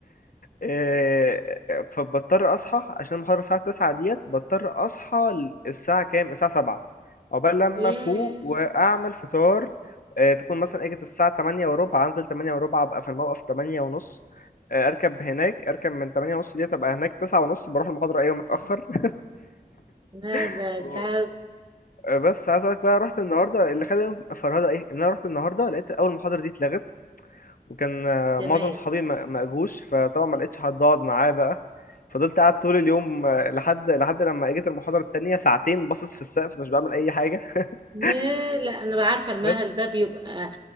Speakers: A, on the left (about 65°); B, on the right (about 30°).
A: آه، فبضطر اصحى عشان المحاضره الساعه 9 ديت بضطر اصحى ال- الساعه كام الساعه 7 عقبال لما
B: ياه
A: افوق واعمل فطار آه، تكون مثلا اجت الساعه 8 وربع انزل 8 وربع ابقى في الموقف 8 ونص آه، اركب هناك اركب من 8 ونص ديت ابقى هناك 9 ونص بروح المحاضره ايوه متاخر <laughs>
B: لا ده
A: <laughs>
B: تعب
A: بس عايز اقولك بقى رحت النهارده اللي خلاني فرهده ايه ان انا رحت النهارده لقيت اول محاضره دي اتلغت وكان آه،
B: كمان
A: معظم صحابي ما ما اجوش فطبعا ما لقيتش حد اقعد معاه بقى فضلت قاعد طول اليوم آه، لحد لحد لما اجت المحاضره التانية ساعتين باصص في السقف مش بعمل اي حاجه <laughs>
B: ياه لا انا بعرفه الملل
A: بس
B: ده بيبقى